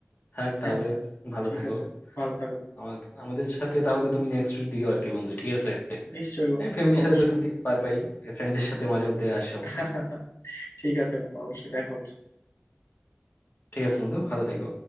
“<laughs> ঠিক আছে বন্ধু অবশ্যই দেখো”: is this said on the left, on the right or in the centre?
Left